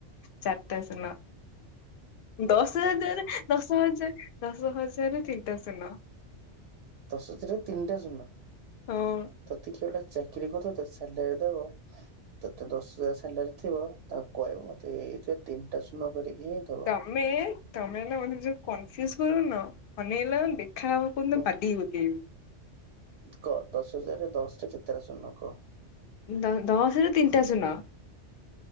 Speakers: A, on the left; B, on the right.
A: ଚାରିଟା ଶୂନ ଦଶ ହଜାର ଟଙ୍କାରେ ଦଶ ହଜାର ଦଶ ହଜାର ରେ ତିନିଟା ଶୁନ।
B: ଦଶ ହଜାରରେ ତିନିଟା ଶୂନ
A: ହଁ।
B: ତତେ କିଏ ଗୋଟା ଚାକିରୀ କରି ଦବ ତତେ ସାଲାରୀ ଦବ। ତତେ ଦଶ ହଜାର ସାଲାରୀ ଥିବ ତାକୁ କହିବୁ ମତେ ଏଇଥିରେ ତିନିଟା ଶୂନ କରିକି ହିଁ ଦବ।
A: ତମେ ତମେ ନା ମାନେ ଯଉ କନଫ୍ୟୁଜ କରୁନ ଅନେଇଲ ଦେଖା ହବ କୋଉଦିନ
B: ହୁଁ
A: ବାଡେଇ ପକେଇବି।
B: କହ ଦଶ ହଜାରରେ ଦଶ ରେ କେତେଟା ଶୁନ କହ?
A: ଦ ଦଶରେ ତିନିଟା ଶୁନ।